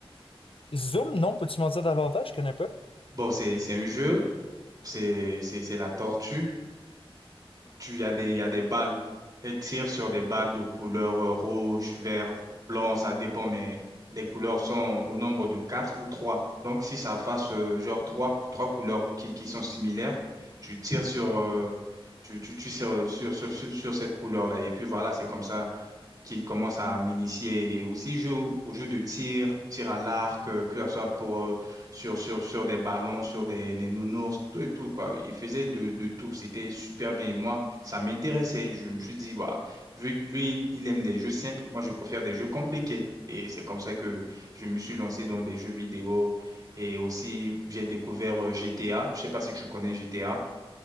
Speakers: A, on the left; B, on the right.
A: Zoom, non, peux-tu m'en dire davantage? Je connais pas.
B: Bon, c'est, c'est un jeu, c'est, c'est, c'est la tortue. tu y a des, y a des balles. Elle tire sur des balles de couleur euh, rouge, vert, blanc, ça dépend, mais les couleurs sont au nombre de quatre ou trois. Donc, si ça fasse euh, genre trois, trois couleurs qui, qui sont similaires, tu tires sur, euh, tu, tu, tu tires sur, sur, sur, sur cette couleur-là. Et puis voilà, c'est comme ça qu'il commence à m'initier et aussi joue au jeu de tir, tir à l'arc, euh, que ce soit pour, euh, sur, sur, sur des ballons, sur des, des nounours, tout et tout, quoi. Il faisait de, de tout, c'était super bien. Et moi, ça m'intéressait. Je me suis dit, bah, vu que lui, il aime des jeux simples, moi, je préfère des jeux compliqués. Et c'est comme ça que je me suis lancé dans des jeux vidéo. Et aussi, j'ai découvert euh, GTA. Je sais pas si tu connais GTA.